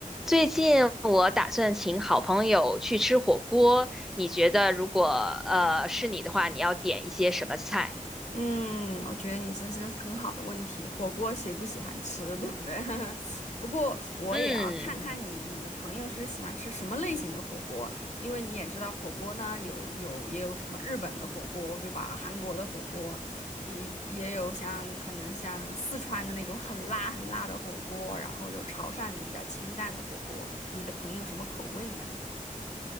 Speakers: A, in the centre; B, on the left.
A: 最近我打算请好朋友去吃火锅，你觉得如果呃是你的话，你要点一些什么菜？
B: 嗯，我觉得你真是个很好的问题。火锅谁不喜欢吃，对不对？<laughs> 不过我也要看看你你的朋友是喜欢吃什么类型的火锅，
A: 嗯，
B: 因为你也知道火锅呢有有也有什么日本的火锅，对吧？韩国的火锅，也也有像可能像四川的那种很辣很辣的火锅，然后有潮汕的比较清淡的火锅。你的朋友什么口味呢？